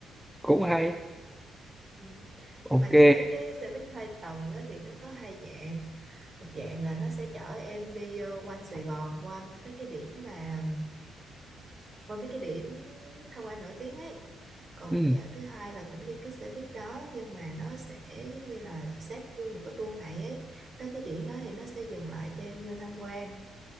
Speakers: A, in the centre; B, on the right.
A: cũng hay
B: ừ.
A: ok
B: nhưng mà chị thấy cái xe buýt hai tầng đó thì nó có hai dạng một dạng là nó sẽ chở em đi ờ, quanh Sài Gòn qua mấy cái điểm mà qua mấy cái điểm tham quan nổi tiếng ấy còn
A: ừ.
B: một dạo thứ hai là cũng đi cái xe buýt đó nhưng mà nó sẽ giống như là xếp nguyên một cái tour ngày ấy tới cái điểm đó thì nó sẽ dừng lại cho em vô tham quan